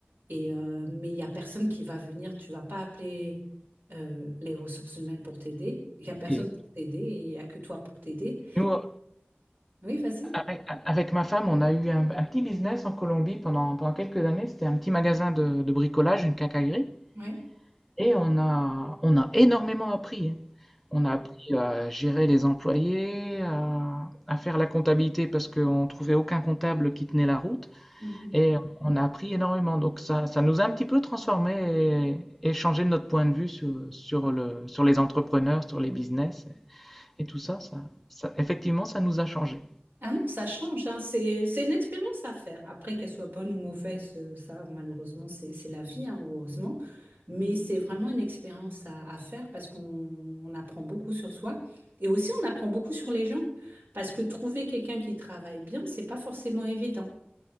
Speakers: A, on the right; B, in the centre.
A: Et, euh, mais il y a personne qui va venir, tu vas pas appeler euh, les ressources humaines pour t'aider. Il y a personne
B: Et
A: pour t'aider et il y a que toi pour t'aider.
B: nous,
A: Oui, vas-y.
B: Avec avec ma femme, on a eu un, un petit business en Colombie pendant, pendant quelques années. C'était un petit magasin de, de bricolage, une quincaillerie.
A: Oui,
B: Et on a, on a énormément appris. On a appris à gérer les employés, à, à faire la comptabilité parce qu'on ne trouvait aucun comptable qui tenait la route.
A: oui.
B: Et on a appris énormément. Donc ça, ça nous a un petit peu transformé et, et changé notre point de vue sur, sur le, sur les entrepreneurs, sur les business et, tout ça, ça. ça- Effectivement, ça nous a changé.
A: Ah non, ça change, hein. C'est, c'est une expérience à faire. Après, qu'elle soit bonne ou mauvaise, euh, ça, malheureusement, c'est, c'est la vie, hein, ou heureusement. Mais c'est vraiment une expérience à, à faire parce qu'on on apprend beaucoup sur soi. Et aussi, on apprend beaucoup sur les gens. Parce que trouver quelqu'un qui travaille bien, c'est pas forcément évident.